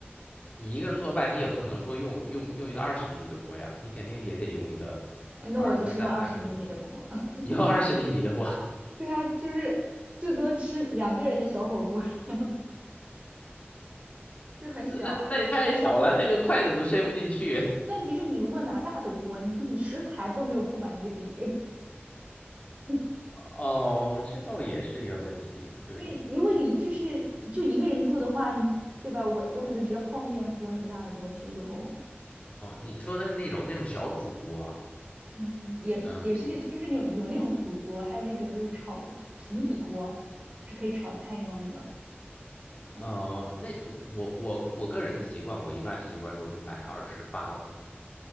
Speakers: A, on the left (about 30°); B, on the right (about 30°).
A: 你一个人做饭，你也不可能说用用用一个二十厘米的锅呀，你肯定也得用一个
B: 哎那我就是用二十厘米的锅。
A: 二呃三三十左右，
B: <laughs>
A: 你用二十厘米的锅。
B: 对啊，就是最多吃两个人的小火锅，<laughs> 就很小。
A: 那那也太小了，
B: 但
A: 那个筷子都伸不进去。
B: 问题是你如果拿大的锅，你你食材都没有铺满那个底。<laughs>
A: 哦，这倒也是一个问题。对，
B: 对，如果你就是就一个人住的话，你对吧？我我可能只要泡面锅那么大的锅，其实就够了。
A: 哦，你说的是那种那种小主锅，
B: 嗯，也也是就是有有那种煮锅，
A: 嗯，那
B: 还有那种就是炒锅，平底锅是可以炒菜用那个。对，
A: 呃，那我我我个人的习惯，我一般习惯都是买二十八